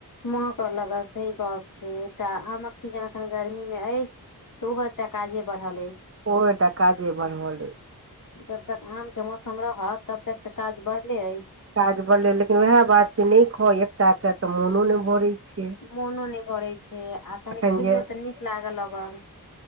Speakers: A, on the left (about 60°); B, on the right (about 40°).
A: महकऽ लगत सही गप छै एकटा आमक सीजन अखन गर्मी मे अछि तऽ ओहो एकटा काजे बढ़ल अछि
B: ओटा काजे बढ़ल रहे
A: जब तक आम के मौसम रहत तब तक तऽ काज बढ़ले अछि
B: काज बढ़लै लेकिन वएह बात छै नहि खा एकटा के तऽ मोनो नहि भरै छै
A: मोनो नहि भरै छै आ कनी
B: एखन
A: खइयो
B: जे
A: तऽ नीक लागऽ लगल